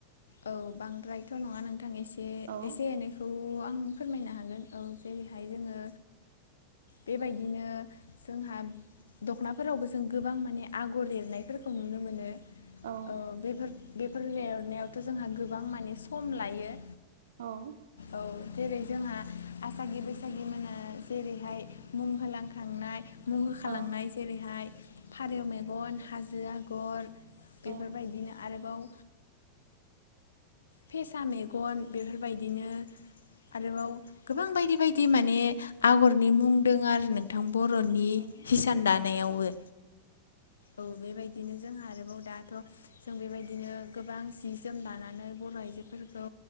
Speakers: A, on the left; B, on the right.
A: औ बांद्रायथ' नङा नोंथां एसे
B: औ
A: एसे एनैखौ आं फोरमायनो हागोन। औ जेरैहाय जोङो बेबायदिनो जोंहा दख'नाफोरावबो जों गोबां माने आगर एरनायफोरखौ नुनो मोनो। अ
B: औ
A: बेफोर बेफोर एरनायावथ' जोंहा गोबां माने सम लायो।
B: औ।
A: औ जेरै जोंहा आसागि बैसागि मोनहा जेरैहाय मुं होलांखांनाय मु होखालांनाय
B: औ
A: जेरैहाय फारौ मेगन हाजो आगर। बेफोरबायदिनो
B: औ
A: आरोबाव फेसा मेगन बेफोरबायदिनो आरोबाव गोबां बायदि बायदि माने आगरनि मुं दोङो आरो नों थां बर'नि
B: औ
A: हिसान
B: नंगौ
A: दानायावबो औ बेबायदिनो जोंहा आरोबाव दा थ' जों बेबायदिनो गोबां जि जोम दानानै बर बर' आइजोफोरखौ